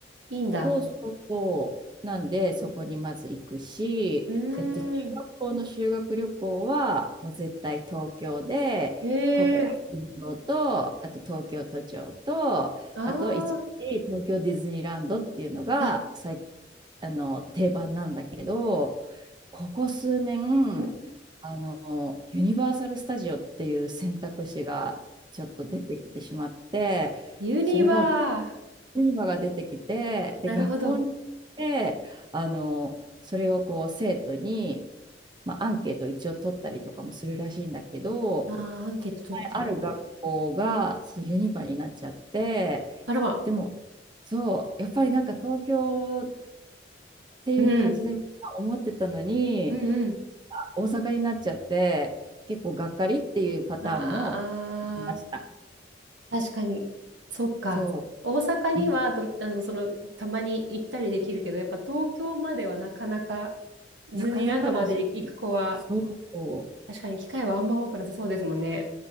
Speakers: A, on the right; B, on the right.
A: いいんだ。
B: そうそうそう、なんでそこにまず行くし、
A: うーん。
B: えっと、中学校の修学旅行は、もう絶対東京で、
A: へえ。
B: 国会議事堂と、あと東京都庁と、
A: あ
B: あと一日東京ディズニーランドっていうのが最、
A: あ。あ、
B: あの、定番なんだけど、ここ数年、
A: うん
B: あの、ユニバーサル・スタジオっていう選択肢がちょっと出てきてしまって、
A: ユニバー。
B: それはユニバが出てきて、で、
A: なるほど。
B: 学校に行って、
A: あ
B: あの、それをこう生徒に、まあ、アンケートを一応取ったりとかもするらしいんだけど、
A: あ、アンケート取ってね。
B: 前ある学校がそうユニバになっちゃって、
A: あらま。
B: でも、そう、やっぱりなんか東京っていう感じでみんな思ってたのに、
A: うん。うんうん。
B: 大阪になっちゃって、結構がっかりっていうパターンも
A: あ
B: いました。
A: あ、確かに。そっか。
B: そ
A: 大阪にはどあの、
B: う、うん、
A: その、たまに行ったりできるけど、やっぱ東京まではなかなか、ディズニーランドまで行く子は、
B: なかなかだし、そう。
A: 確かに機会はあんま多くなさそうですもんね。